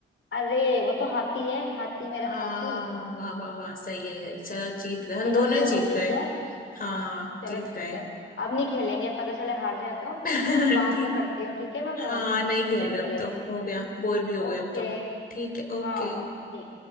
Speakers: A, on the left; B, on the left.
A: अरे वो तो हाथी है हाथी मेरा
B: हाँ
A: साथी
B: वाह वाह वाह सही है यही चलो जीत गए हम
A: चलो
B: दोनों
A: दोनों
B: ही जीत
A: जीत
B: गए
A: गए
B: हाँ
A: चलो
B: जीत
A: ठीक
B: गए
A: है अब नहीं खेलेंगे पता चले हार जाए तो
B: <laughs>
A: बाद
B: ठीक
A: में करती हूँ ठीक है मैं फोन
B: हाँ नहीं खेल
A: फिर
B: रहे
A: खेलेंगे
B: अब तो हो गया बोर भी हो
A: ओके
B: गए अब तो ठीक है ओके
A: हाँ ठीक